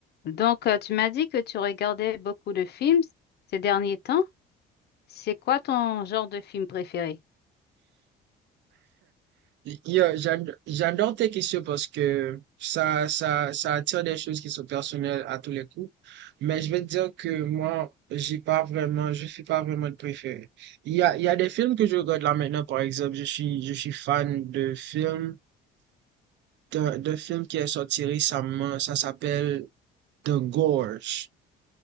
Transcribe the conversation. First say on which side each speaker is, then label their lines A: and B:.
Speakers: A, on the left; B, on the right.
A: Donc, euh, tu m'as dit que tu regardais beaucoup de films ces derniers temps. C'est quoi ton genre de film préféré?
B: Yo, j'ado- j'adore tes questions parce que ça, ça, ça attire des choses qui sont personnelles à tous les coups. Mais je vais te dire que moi, j'ai pas vraiment, je suis pas vraiment de préféré. Il y a, il y a des films que je regarde là maintenant, par exemple, je suis, je suis fan de films, d'un d'un film qui est sorti récemment, ça s'appelle The Gorge.